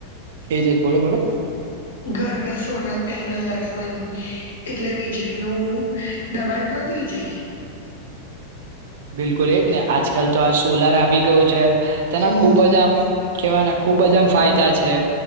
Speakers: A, on the right; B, on the left.
A: એજ જ બોલો બોલો.
B: ઘરમાં સોલારપેનલ લગાવવાની એટલે વીજળીનું દબાણ ઘટી જાય.
A: બિલકુલ એજ ને આજકાલ તો આ સોલાર આવી ગયુ છે. તેના
B: હમ
A: ખુબ જ આમ. કેવાના ખુબ જ આમ ફાયદા છે.